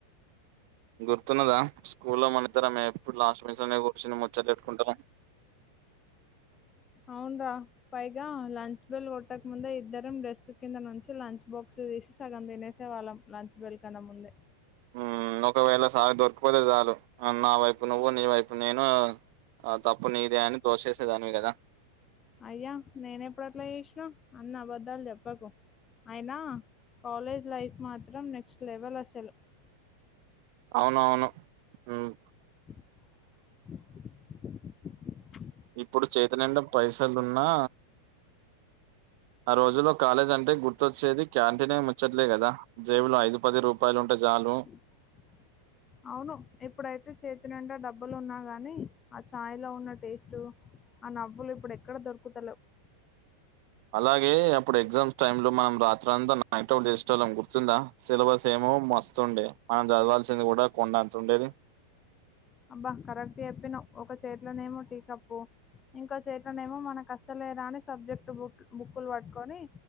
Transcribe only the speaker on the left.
అవున్రా పైగా లంచ్ బెల్ కొట్టక ముందే ఇద్దరం డ్రెస్క్ కింద నుంచి లంచ్ బాక్స్ తీసి సగం తినేసేవాళ్ళం లంచ్ బెల్కన్నా ముందే
అయ్యా నేను ఎప్పుడు అట్లా చేసీన అన్ని అబద్ధాలు చెప్పకు అయినా కాలేజ్ లైఫ్ మాత్రం నెక్స్ట్ లెవెల్ అసలు
<inaudible>
<inaudible> అవును ఇప్పుడైతే చేతినిండా డబ్ డబ్బులున్నా కానీ ఆ ఛాయ్లో ఉన్న టేస్టు ఆ నవ్వులు ఇప్పుడు ఎక్కడ దొరుకుతలేవ్ <inaudible>
అబ్బ కరెక్ట్ చెప్పినవ్ ఒక చేట్లనేమో టీ కప్పు ఇంకా చేత్లనేమో మనకు అస్సలే రాని సబ్జెక్ట్ బుక్ బుక్ కుల్ వట్టుకొని